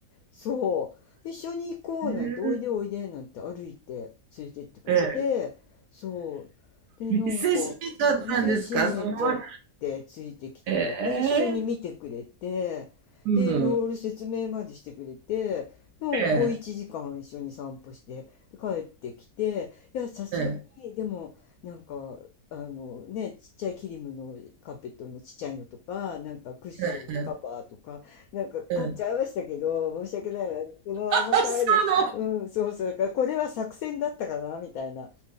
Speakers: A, on the left; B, on the right.
A: そう。一緒に行こうなんて、
B: え
A: おいでおいでなんて歩いて連れてってくれて、
B: え、ええ、
A: そう。で、
B: 見せしめだったんですか？
A: なんか、店閉めちゃってついてきてくれて、
B: すごい。え
A: 一緒に見てくれて、
B: え。うん。
A: で、ロール説明までしてくれて、もうこう1時間一緒に散歩して、
B: ええ、
A: で帰ってきて、いや、さすがに、
B: ええ、
A: でも、なんか、あのね、ちっちゃいキリムのカーペットのちっちゃいのとか、なんかクッションカバーとか、
B: ええ、え
A: なんか買っちゃいましたけど、
B: え、
A: 申し訳ないな。このまま帰る。
B: あ、そうなの
A: うん、そうそう。だからこれは作戦だったかなみたいな、